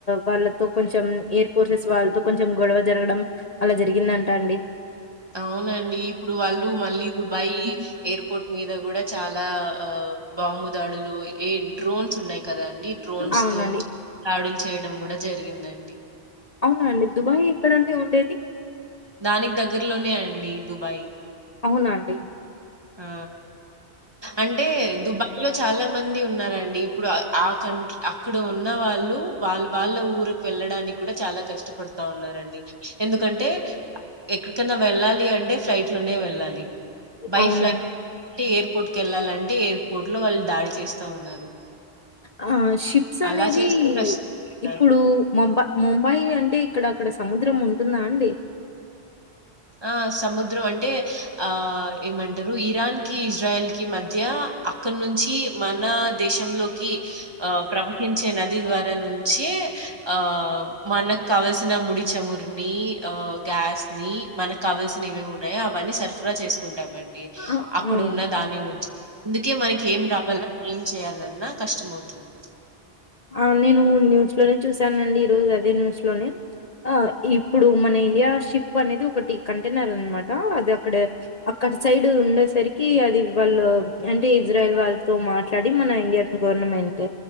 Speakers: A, on the left (about 40°); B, on the right (about 25°).
A: వాళ్ళతో కొంచెం ఎయిర్ ఫోర్సెస్ వాళ్ళతో కొంచెం గొడవ జరగడం అలా జరిగిందంట అండి
B: అవునండి ఇప్పుడు వాళ్ళు మళ్ళీ దుబాయ్ ఎయిర్పోర్ట్ మీద కూడా చాలా ఆ బాంబు దాడులు ఏ డ్రోన్స్ ఉన్నాయి కదా డ్రోన్స్
A: అవునండి.
B: తో దాడులు చేయడం కూడా జరిగింది ఉందండి
A: అవునా అండి దుబాయ్ ఎక్కడండి ఉండేది
B: దానికి దగ్గరలోనే అండి దుబాయ్
A: అవునండి
B: ఆ అంటే దుబాయ్లో చాలా మంది ఉన్నరండి ఇప్పుడు ఆ కంట్రీ అక్కడ ఉన్న వాళ్ళు వాళ్ళ వాళ్ళ ఊరుకి వెళ్ళడానికూడా చాలా కష్టపడుతా ఉన్నారండి ఎందుకంటే ఎక్కడికన్నా వెళ్ళాలి అంటే ఫ్లైట్ లోనే వెళ్ళాలి బై
A: అవునండి
B: ఫ్లైట్ అంటే ఎయిర్పోర్ట్ కి వెళ్ళాలంటే ఎయిర్పోర్ట్ లో వాళ్ళు దాడి చేస్తా ఉన్నారు
A: హాయ్ షిప్స్ అనేది
B: అలా చేస్తే కష్టం కదా!
A: ఇప్పుడు ముంబ ముంబై ఇద అంటే ఇక్కడ అక్కడ సముద్రం ఉంటుందా అండి
B: ఆ సముద్రం అంటే ఆ ఏమంటరు ఇరాన్కి ఇజ్రాయల్ కి మధ్య అక్కడ నుంచి మన మనా దేశంలోకి ప్ర కించె నది ద్వారా నుంచి ఆ మనక్ కావలసిన ముడి చమురుని ఆ గ్యాస్ ని మనక్కావల్సిన ఏమేమి ఉన్నాయో అవన్నీ సరఫరా చేసుకుంటా ఉండమండి
A: ఆ!
B: అక్కడున్న
A: అవునా?
B: దాని నుంచి అందుకే మనకి ఏం రావాలన్న ఏం చేయాలన్నా కష్టంమవుతుంది
A: ఆ నేను న్యూస్ లోనే చూసానండి ఈ రోజు అదే న్యూస్ లోనే ఆ ఇప్పుడు మన ఇండియా షిప్ అనేది ఒకటి కంటెనర్ ఉంది మాట అది అక్కడ అక్కడ సైడ్ ఉండేసరికి అది వాళ్ళు అంటే ఇజ్రాయల్ వాళ్ళతో మాట్లాడి మన ఇండియన్ గవర్నమెంట్